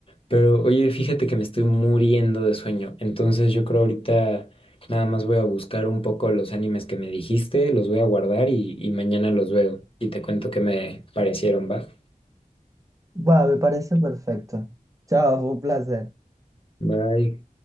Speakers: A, on the left; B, on the right.
A: Pero oye, fíjate que me estoy muriendo de sueño. Entonces yo creo ahorita nada más voy a buscar un poco los animes que me dijiste, los voy a guardar y, y mañana los veo. Y te cuento qué me parecieron, ¿va?
B: Va, me parece perfecto. Chao, fue un placer.
A: Bye.